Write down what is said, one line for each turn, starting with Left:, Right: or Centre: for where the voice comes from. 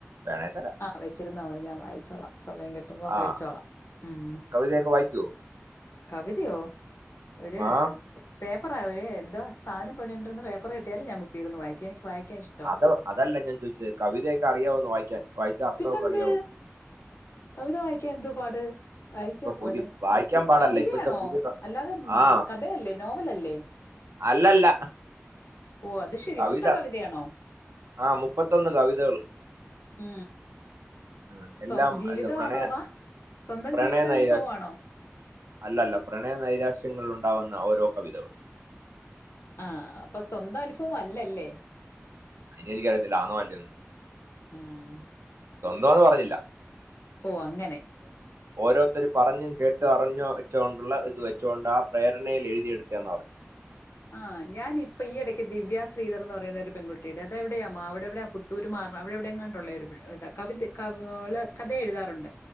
Right: വേണെ തരാ
Left: ആഹ് വെച്ചിരുന്നാ മതി ഞാൻ വായിച്ചോളാം സമയം കിട്ടുമ്പോ മേടിച്ചോളാം
Right: ആ
Left: ഉം
Right: കവിതയൊക്കെ വായിക്കുവോ
Left: കവിതയോ ഒര്
Right: ആ
Left: പേപ്പറാ ഒര് എന്താ സാനം പൊതിഞ്ഞോണ്ടിരുന്ന പേപ്പർ കിട്ടിയാലും ഞാൻ കുത്തിയിരുന്നു വായിക്കും. എനിക്ക് വായിക്കാ ഇഷ്
Right: അത് അതല്ല ഞാൻ ചോയിച്ചെ. കവിതയൊക്കെ അറിയാവോന്നു വായിക്കാൻ. വായിച്ച് അർത്ഥവൊക്കെ
Left: പിന്നെന്ത്
Right: അറിയാവോന്നു
Left: കവിത വായി ക്ക്യാൻ എന്തോ പാട്. വായിച്ചാ
Right: ഇപ്പൊ
Left: പോരെ.
Right: പുതിയ വായിക്കാൻ പാടല്ല
Left: കവിതയാണോ
Right: ഇപ്പോഴത്തെ പുതിയ ക-
Left: അല്ലാതെ ഉം
Right: ആ
Left: കഥയല്ലേ നോവലല്ലേ
Right: അല്ലല്ല
Left: ഓഹ് അത് ശരി
Right: കവിത
Left: മൊത്തം കവിതയാണോ
Right: ആ മുപ്പത്തൊന്ന് കവിതകൾ
Left: ഉം
Right: ഉം, എല്ലാം
Left: സ്വ ജീവിതമാണോ
Right: എന്താ പ്രണയ
Left: വ. സ്വന്തം
Right: പ്രണയ
Left: ജീവിതാനുഭവവാണോ?
Right: നൈരാശ്യം അല്ലല്ല. പ്രണയ നൈരാശ്യങ്ങളിലുണ്ടാവുന്ന ഓരോ കവിതകളും
Left: ആഹ് അപ്പൊ സ്വന്തം അനുഭവം അല്ലല്ലേ
Right: അതിനി എനിക്കറിയത്തില്ല ആന്നോ അല്ലയോന്ന്.
Left: ഉം
Right: സ്വന്തമാന്ന് പറഞ്ഞില്ല.
Left: ഓഹ് അങ്ങനെ
Right: ഓരോത്തർ പറഞ്ഞും കേട്ട് അറിഞ്ഞൊ വെച്ചോണ്ടുള്ള ഇത് വെച്ചൊണ്ടാ പ്രേരണയിൽ എഴുതിയെടുത്തേന്നാ പറഞ്ഞെ.
Left: ആഹ് ഞാനിപ്പോ ഈയിടയ്ക്ക് ദിവ്യ ശ്രീധർന്ന് പറയുന്ന ഒരു പെൺകുട്ടിയുടെ അതെവിടെയാ മാവിടെവിടെയാ പു തൂരുമാറണം അവിടെ എവിടെ എങ്ങാണ്ടുള്ള ഒരു പിള്ളേ കവിതെ കവ് അവള് കഥ എഴുതാറുണ്ട്.